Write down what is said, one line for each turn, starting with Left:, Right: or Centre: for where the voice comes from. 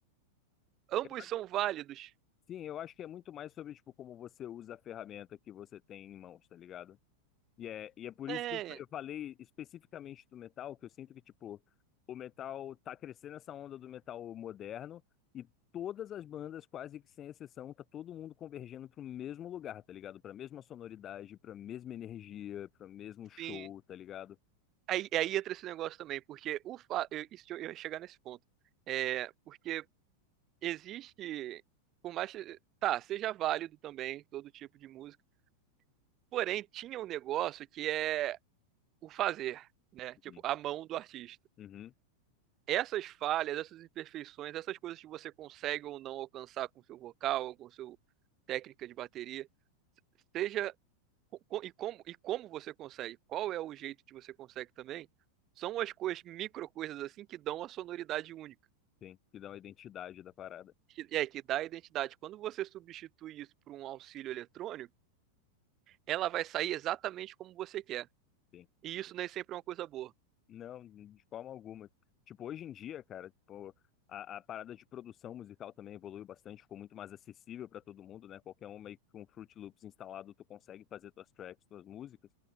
Right: ambos
Left: Eu acho-
Right: são válidos.
Left: Sim, eu acho que é muito mais sobre, tipo, como você usa a ferramenta que você tem em mãos, tá ligado? E é, e é por
Right: É,
Left: isso que eu eu falei especificamente do metal, que eu sinto que, tipo, o metal tá crescendo essa onda do metal moderno e todas as bandas, quase que sem exceção, tá todo mundo convergendo pro mesmo lugar, tá ligado? Pra mesma sonoridade, pra mesma energia, pra mesmo show,
Right: sim.
Left: tá ligado?
Right: Aí, aí entra esse negócio também, porque o fa... eu, isso, eu ia chegar nesse ponto. É, porque existe. Por mais. que- Tá, seja válido também todo tipo de música Porém, tinha um negócio que é o fazer, né? Tipo,
Left: Uhum,
Right: a mão do artista.
Left: Uhum,
Right: Essas falhas, essas imperfeições, essas coisas que você consegue ou não alcançar com seu vocal, com seu técnica de bateria, seja co- e como e como você consegue, qual é o jeito que você consegue também, são as coisas, micro coisas assim que dão a sonoridade única.
Left: sim, que dá uma identidade da parada.
Right: Que- É, que dá a identidade. Quando você substitui isso por um auxílio eletrônico, ela vai sair exatamente como você quer.
Left: Sim.
Right: E isso nem sempre é uma coisa boa.
Left: Não, de forma alguma. Tipo, hoje em dia, cara, tipo, a, a parada de produção musical também evoluiu bastante, ficou muito mais acessível para todo mundo, né? Qualquer um meio que com Fruit Loops instalado, tu consegue fazer tuas tracks, tuas músicas.